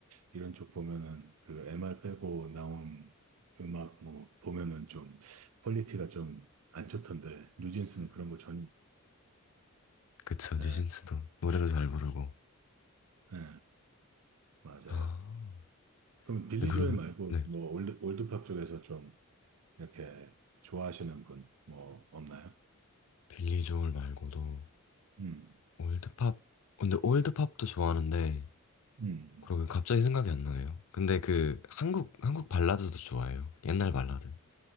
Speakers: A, on the right; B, on the left.
A: 이런 쪽 보면은 그 MR 빼고 나온 음악 뭐 보면은 좀 퀄리티가 좀 안 좋던데 뉴진스는 그런 거 전,
B: 그쵸 뉴진스도
A: 예,
B: 노래도
A: 예,
B: 잘 부르고
A: 예, 맞아요.
B: 아
A: 그럼 빌리
B: 근데
A: 조엘
B: 그러면
A: 말고
B: 네
A: 뭐 올드, 올드팝 쪽에서 좀 이렇게 좋아하시는 분 뭐 없나요?
B: 빌리 조엘 말고도
A: 음,
B: 올드팝 근데 올드팝도 좋아하는데
A: 음, 음.
B: 그러게 갑자기 생각이 안 나네요 근데 그 한국 한국 발라드도 좋아해요 옛날 발라드